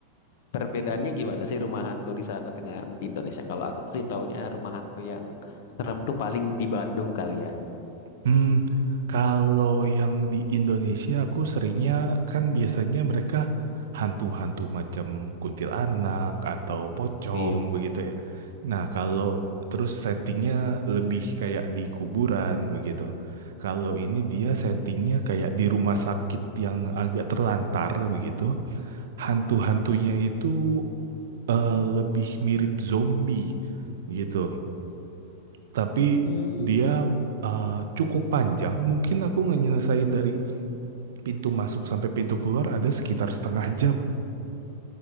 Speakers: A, on the left; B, on the right.
A: Perbedaannya gimana sih rumah hantu di sana dengan di Indonesia? Kalau aku sih taunya rumah hantu yang serem tuh paling di Bandung kali ya.
B: hmm, kalau yang di Indonesia aku seringnya kan biasanya mereka hantu-hantu macam kuntilanak atau pocong
A: Iya.
B: begitu ya. Nah, kalau terus settingnya lebih kayak di kuburan begitu. Kalau ini dia settingnya kayak di rumah sakit yang agak terlantar begitu. Hantu-hantunya itu eh, lebih mirip zombie gitu. tapi
A: Hmm,
B: dia uh, cukup panjang. Mungkin aku ngenyelesain dari pintu masuk sampai pintu keluar ada sekitar setengah jam.